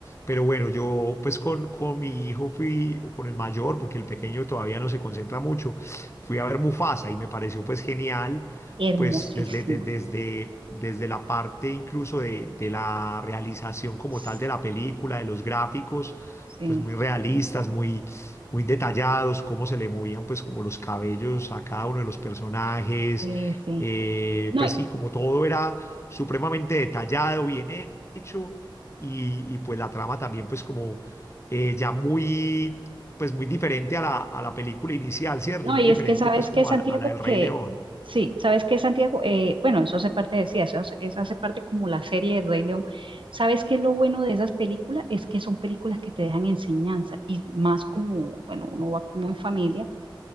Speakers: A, on the left; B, on the right.
A: Pero bueno, yo pues con, con mi hijo fui, o con el mayor, porque el pequeño todavía no se concentra mucho, fui a ver Mufasa y me pareció pues genial,
B: Hermosísima.
A: pues desde, de- desde, desde la parte incluso de, de la realización como
B: Sí,
A: tal de la película, de los gráficos,
B: sí,
A: pues muy realistas, muy muy detallados, cómo se le movían pues como los cabellos a cada uno de los personajes,
B: sí, sí.
A: eh,
B: No,
A: pues
B: y-
A: sí, como todo era supremamente detallado, bien he- hecho, y, y, pues la trama también pues como eh, ya muy, pues muy diferente a la, a la película inicial, ¿cierto?
B: no,
A: Muy
B: y
A: diferente
B: es que sabes
A: pues como
B: que Santiago,
A: a la, a la del Rey
B: que
A: León.
B: sí, sabes que Santiago, Eh, bueno, eso hace parte, decía, eso, hace- eso hace parte como la serie de Rey León. ¿Sabes que lo bueno de esas películas? Es que son películas que te dejan enseñanza y más como, bueno, uno va como en familia